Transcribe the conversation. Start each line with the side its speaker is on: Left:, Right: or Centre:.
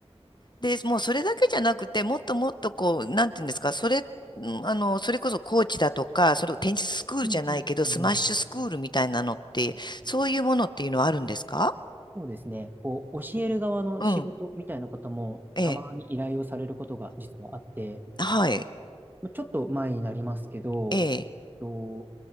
Left: で、もうそれだけじゃなくて、もっともっとこう、なんていうんですか、それ、んあの、それこそコーチだとか、それをテニススクールじゃないけど、
Right: うんうんうん
Left: スマッシュスクールみたいなのって、
Right: うんうん
Left: そういうものっていうのはあるんですか
Right: そうですね。こう、教える側の仕事みたいな方もたまに依頼をされることが実はあって、
Left: うん。ええ。あ、はい。
Right: まあちょっと前になりますけど、
Left: ええ。
Right: えっと、